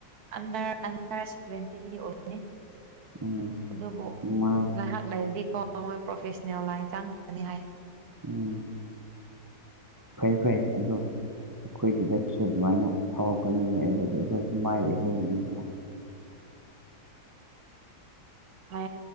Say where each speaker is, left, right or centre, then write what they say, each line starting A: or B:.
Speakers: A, on the right; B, on the right.
A: ꯑꯟꯗ ꯑꯟꯗꯔ ꯁꯚꯦꯟꯇꯤꯟꯒꯤ ꯑꯣꯏ
B: ꯎꯝ
A: ꯑꯗꯨꯕꯨ
B: ꯃꯥ
A: ꯉꯥꯏꯍꯥꯛ ꯂꯩꯥꯏꯔꯗꯤꯀꯣ ꯃꯣꯏ ꯄ꯭ꯔꯣꯐꯦꯁ ꯂꯥꯏꯟ ꯆꯪꯕꯅꯤ ꯍꯥꯏ
B: ꯎꯝ ꯐꯩ ꯐꯩ ꯑꯗꯨ ꯑꯩꯈꯣꯏꯒꯤꯗꯁꯨ ꯑꯗꯨꯃꯥꯏꯅ ꯊꯥꯎꯔꯛꯄꯅꯤ ꯂꯩꯔꯒꯗꯤ ꯑꯩꯈꯣꯏ ꯃꯥꯏ ꯑꯣꯏꯖꯕꯅꯤꯗ
A: ꯐ